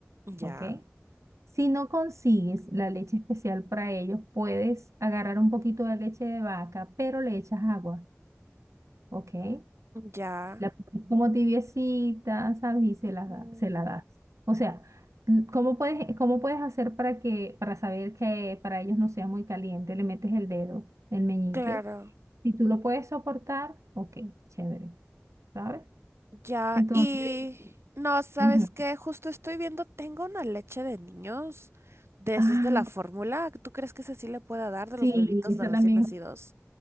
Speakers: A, on the right; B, on the right.
A: Ya.
B: ¿ok? Si no consigues la leche especial para ellos, puedes agarrar un poquito de leche de vaca, pero le echas agua, ¿ok?
A: Ya,
B: La pones como tibiecita, ¿sabes? Y se
A: ujú,
B: la, da- se la das. O sea, l- ¿cómo puedes, cómo puedes hacer para que, para saber que para ellos no sea muy caliente? Le metes el dedo, el meñique.
A: claro,
B: Si tú lo puedes soportar, ok, chévere, ¿sabes?
A: ya.
B: Entonces,
A: Y no, ¿sabes
B: ujú.
A: qué? Justo estoy viendo, tengo una leche de niños de esos
B: Ah,
A: de la fórmula. ¿Tú crees que esa sí le pueda dar de
B: sí,
A: los bebitos
B: esa
A: de recién
B: también.
A: nacidos?